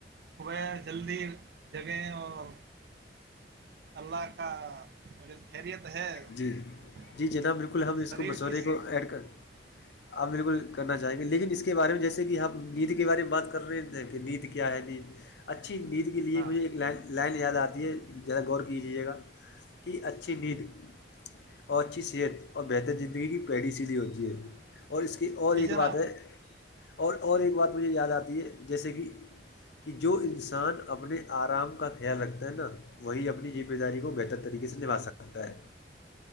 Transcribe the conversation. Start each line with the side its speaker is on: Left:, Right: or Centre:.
Right: صبح جلدی جگیں اور اللہ کا ا خیریت ہے
Left: جی
Right: تو
Left: جی جناب بالکل ہم اس
Right: شریر
Left: کو مسورے
Right: کی
Left: کو ایڈ کریں آپ بالکل کرنا چاہیں گے لیکن اس کے بارے میں جیسے کہ ہمپ نید کے بارے میں بات کر رہے ہیں کہ نید کیا ہے ن اچھی مید <unintelligible> لیے
Right: ہاں
Left: مجھے ایک لائن یاد آتی ہے ذرا غور کیجیے گا کہ اچھی نیند اور اچھی صحت اور بہتر زندگی کی پہڑ سی لی ہوتی ہے اور اس کہ اور
Right: جی
Left: ایک
Right: جناب
Left: بات ہے اور اور ایک بات مجھے یاد آتی ہے جیسے کہ کہ جو انسان اپنے آرام کا خیال رکھتا ہے نا وہ اپنی ذمہ داری کو بہتر طریق سے نبا سکتے پتا ہے